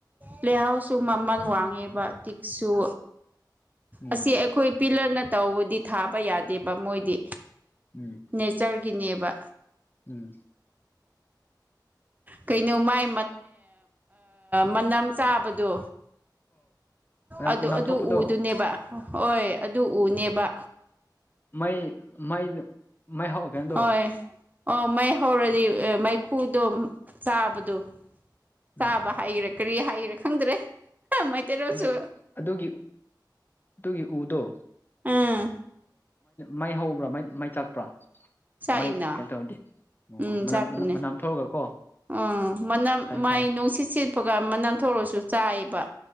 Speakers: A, on the right; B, on the left.
A: ꯄ꯭ꯂꯦꯍꯥꯎꯁꯁꯨ ꯃꯃꯜ ꯋꯥꯡꯉꯦꯕ ꯇꯤꯛꯁꯨ
B: ꯎꯝ
A: ꯑꯁꯤ ꯑꯩꯈꯣꯏ ꯄꯤꯂꯔꯅ ꯇꯧꯕꯗꯤ ꯊꯥꯕ ꯌꯥꯗꯦꯕ ꯃꯣꯏꯗꯤ
B: ꯎꯝ
A: ꯅꯦꯆꯔ ꯒꯤꯅꯦꯕ
B: ꯎꯝ
A: ꯀꯩꯅꯣ ꯃꯥꯏ ꯃꯅꯝ ꯆꯥꯕꯗꯣ
B: ꯃꯅꯝ
A: ꯑꯗꯨ
B: ꯃꯅꯝ
A: ꯑꯗꯨ
B: ꯊꯣꯛꯄꯗꯣ
A: ꯎꯗꯨꯅꯦꯕ ꯍꯣꯏ ꯑꯗꯨ ꯎꯅꯦꯕ
B: ꯃꯩ ꯃꯩ ꯃꯩ ꯍꯥꯎꯑꯒꯦꯗꯣ
A: ꯍꯣꯏ ꯑꯣ ꯃꯩ ꯍꯧꯔꯗꯤ ꯃꯩꯈꯨꯗꯣ ꯆꯥꯕꯗꯣ
B: ꯎꯝ
A: ꯆꯥꯕ ꯍꯥꯏꯒꯦꯔꯥ ꯀꯔꯤ ꯍꯥꯏꯒꯦꯔꯥ ꯈꯪꯗ꯭ꯔꯦ ꯃꯩꯇꯩꯔꯣꯁꯨ
B: ꯑꯗꯨ ꯑꯗꯨꯒꯤ ꯑꯗꯨꯒꯤ ꯎꯗꯣ
A: ꯑꯥ
B: ꯃꯥꯏ ꯍꯧꯕ꯭ꯔꯥ ꯃꯩ ꯃꯥꯏ ꯆꯥꯛꯄ꯭ꯔꯥ
A: ꯆꯥꯛꯏꯅ
B: ꯃꯥꯏ ꯀꯩꯅꯣ ꯇꯧꯔꯗꯤ ꯑꯣ
A: ꯎꯝ
B: ꯃꯅꯝ
A: ꯆꯥꯛꯄꯅꯦ
B: ꯃꯅꯝ ꯊꯣꯛꯑꯒꯀꯣ
A: ꯎꯝ ꯃꯅꯝ
B: ꯈꯪꯉꯦ
A: ꯃꯥꯏ ꯅꯨꯡꯁꯤꯠ ꯁꯦꯠꯄꯒ ꯃꯅꯝ ꯊꯔꯁꯨ ꯆꯥꯏꯌꯦꯕ